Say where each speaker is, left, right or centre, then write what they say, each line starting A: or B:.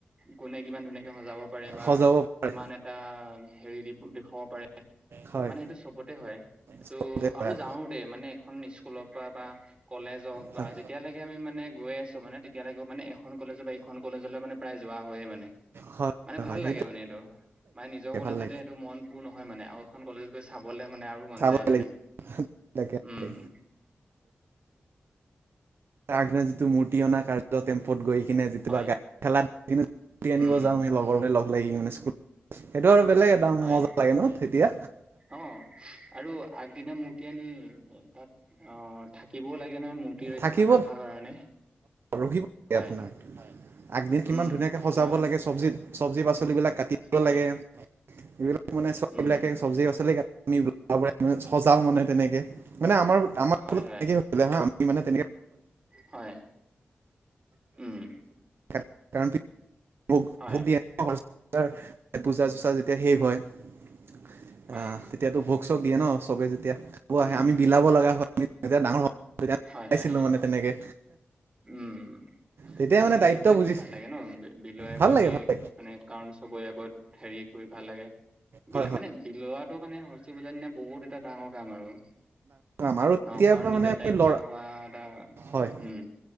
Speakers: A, on the right (about 25°); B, on the right (about 65°).
A: গোনে কিমান ধুনীয়াকে সজাব বা
B: সজাব পাৰে
A: কিমান এটা হেৰি দি দেখুৱাব পাৰে
B: হয়
A: মানে সেইটো চবতে হয়। এইটো
B: চবতে
A: আৰু
B: হয়
A: যাওঁ দে মানে এখন স্কুলত। বা কলেজ হওঁক
B: হয়
A: বা যেতিয়ালৈকে আমি মানে গৈ আছো মানে‌ তেতি মানে এখন কলেজৰ বা এইখন কলেজলৈ মানে প্ৰায় যোৱা হয়ে মানে।
B: হয়
A: মানে ভাল
B: হয় সেইটো
A: লাগে মানে এইটো মানে নিজৰ কলেজতে
B: ভাল লাগে
A: এইেইটো মন পূৰ নহয় মানে আৰু এখন কলেজ গৈ চাবলে। মানে আৰু মন
B: চাব
A: যায় মানে
B: লাগে তাকে
A: উম
B: তাকে
A: উম,
B: আগৰাজীটো মূৰ্তি অনা কাৰ্য টেম্পত গৈ, কিনে যেতিয়া
A: হয়
B: গা খেলাত আনিব
A: উম
B: যাওঁ আমি লগৰলৈ লগ লাগি মানে স্কুল সেইটো আৰু বেলেগ এটা
A: হয়
B: মজা লাগে ন তেতিয়া
A: অ আৰু আগদিনা মূৰ্তি আনি। তাত আহ থাকিবও লাগে নহয় মূৰ্তি ৰা
B: থাকিব
A: ৰখাৰ কাৰণে।
B: ৰখিব লাগে
A: হয়
B: আপোনাৰ। আগদিন কিমান
A: উম
B: ধুনীয়াকে সজাব
A: আমাৰ
B: লাগে চবজিত চবজি পাচলি বিলাক কাটিব
A: হয়
B: লাগে এইবিলাক, মানে চববিলাকে
A: উম
B: চবজি ক <unintelligible> সজাও মানে তেনেকে, মানে আমাৰ আমাৰত
A: হয় হয়
B: তেক হা আমি মানে তেনে
A: হয় উম,
B: কাৰোক
A: হয়
B: ভোক দি এনেকুৱা, পূজা চোচা যেতিয়া শেষ হয় আহ
A: হয়
B: তেতিয়াতো ভোক, চ দিয়ে ন চবে যেতিয়া খাব আহে
A: উম
B: আমি বিলাব লগা হয়তিয়া ডাঙৰ,
A: হয়
B: পাইছিলো
A: হয়
B: মানে তেনেকে,
A: উম
B: তেতিয়া
A: ভাল
B: মানে
A: লাগে
B: দায়িত্ব
A: সেইবিলাক
B: বুজিছো
A: কৰিও ভাল লাগে ন বিলাই
B: ভাল
A: পেলানি
B: লাগে ভাল লাগে
A: মানে কাৰণ, চবৰে আগত হেৰি কৰি ভাল লাগে।
B: হয়
A: বিলা
B: হয়
A: মানে বিলুৱটো মানে হস্তী পূজাৰ দিনা বহুত এটা ডাঙৰ কাম আৰু
B: আমা আৰু কেতিয়া
A: ন কাৰণ নিজৰ
B: মানে আমি
A: দায়িত্ব
B: লৰা
A: হোৱা এটা
B: হয়
A: উম